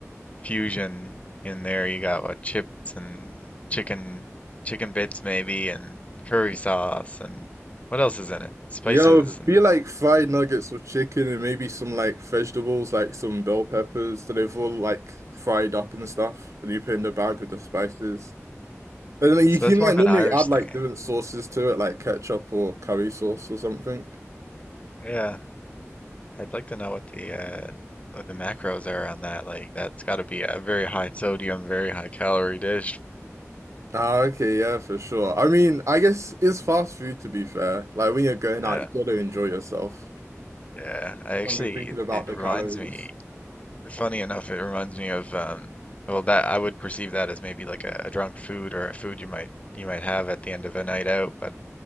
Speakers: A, on the left; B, on the right.
A: fusion in there. You got what chips and chicken, chicken bits maybe, and curry sauce, and what else is in it? Spices,
B: Yeah, it would
A: and
B: be like fried nuggets or chicken and maybe some like vegetables, like some bell peppers that they've all like fried up and stuff that you put in the bag with the spices. But then you
A: so
B: can
A: that's
B: like
A: more of
B: normally
A: an Irish
B: add like
A: thing. eh?
B: different sauces to it, like ketchup or curry sauce or something.
A: Yeah, I'd like to know what the uh, what the macros are on that. Like, that's got to be a very high sodium, very high calorie dish
B: Ah, okay, yeah, for sure. I mean, I guess it's fast food to be fair. Like when you're going
A: Yeah,
B: out, you gotta enjoy yourself.
A: yeah. I actually,
B: Don't be thinking
A: it,
B: about
A: it
B: the
A: reminds
B: calories.
A: me, funny enough, it reminds me of um, well, that I would perceive that as maybe like a, a drunk food or a food you might you might have at the end of a night out. But